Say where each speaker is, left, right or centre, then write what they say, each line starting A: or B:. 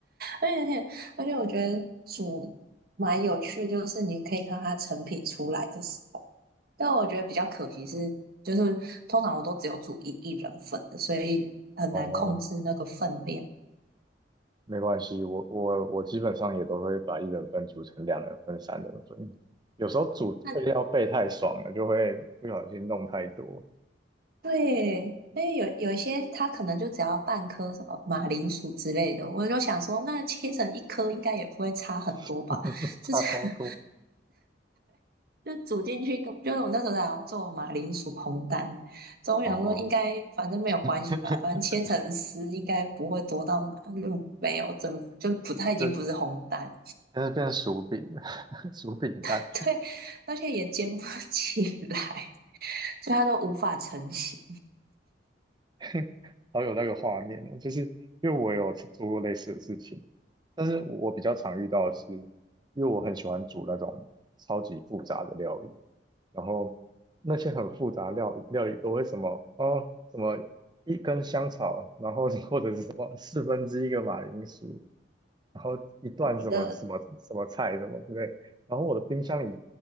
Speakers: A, on the right; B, on the right.
A: 而且而且，而且我觉得煮蛮有趣，就是你可以看它成品出来的时候。但我觉得比较可惜是，就是通常我都只有煮一一人份的，所以很难控制那个分量。
B: 哦，没关系，我我我基本上也都会把一人份煮成两人份、三人份。有时候煮备料备太爽了，
A: 那
B: 就会不小心弄太多，
A: 对，因为有有一些它可能就只要半颗什么马铃薯之类的，我就想说，那切成一颗应该也不会差很多吧？
B: <laughs>
A: 就是
B: 差超多。
A: <laughs> 就煮进去根，就是我那时候在好像做马铃薯烘蛋，所以我想说应该反正没有关系吧，
B: 哦，<laughs>
A: 反正切成丝应该不会多到哪，就没有整，就不太已经不是烘蛋了，
B: 就是但是变成薯饼了，<laughs> 薯饼蛋，
A: <laughs> 对，而且也煎不 <laughs> 起来，所以它就无法成型。
B: <laughs> 好有那个画面哦。就是因为我有做过类似的事情，但是我比较常遇到的是，因为我很喜欢煮那种超级复杂的料理。然后那些很复杂料料理都会什么哦，什么一根香草，然后 <laughs> 或者是什么四分之一个马铃薯，然后一段什么什么什么菜什么之类，
A: 一个
B: 然后我的冰箱里